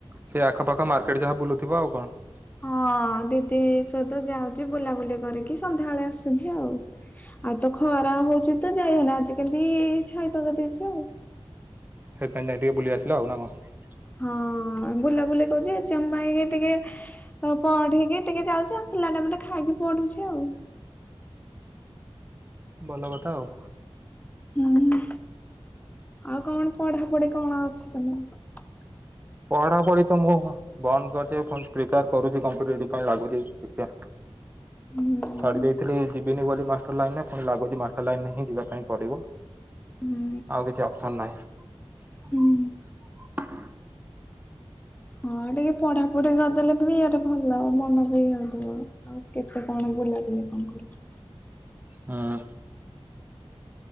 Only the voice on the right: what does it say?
ସେଇ ଆଖପାଖ ମାର୍କେଟ ଯାହା ବୁଲୁଥିବ ଆଉ କଣ
ସେ ଯାଇ ଟିକେ ବୁଲି ଆସିଲ ଆଉ ନା କଣ।
ଭଲ କଥା ଆଉ।
ପଢ଼ାପଢ଼ି ତ ମୁଁ ବନ୍ଦ କରିଛି ପୁଣି ସ୍ରିପିପିଆର୍ କରୁଚି କଫ୍ମିଡ଼େସ୍ ଡୁ ଲାଗୁଚି ଦେଖିଆ
ଛାଡ଼ିଦେଇ ଥିଲି ଯିବିନି ବୋଲି ମାଷ୍ଟର ଲାଇନ୍ ରେ ପୁଣି ଲାଗୁଚି ମାଷ୍ଟର ଲାଇନିରେ ହିଁ ଯିବାପାଇଁ ପଡ଼ିବ
ଆଉ କିଛି ଅପ୍ସନ୍ ନାହିଁ।
ହଁ।